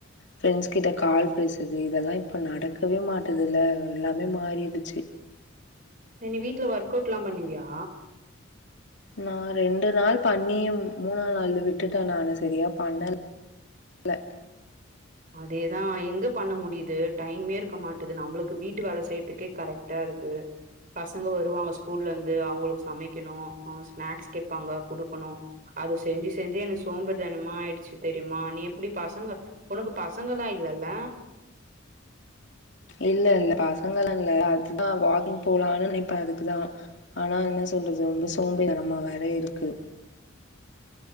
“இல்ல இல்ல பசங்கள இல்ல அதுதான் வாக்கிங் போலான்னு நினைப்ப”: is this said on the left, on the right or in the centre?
Left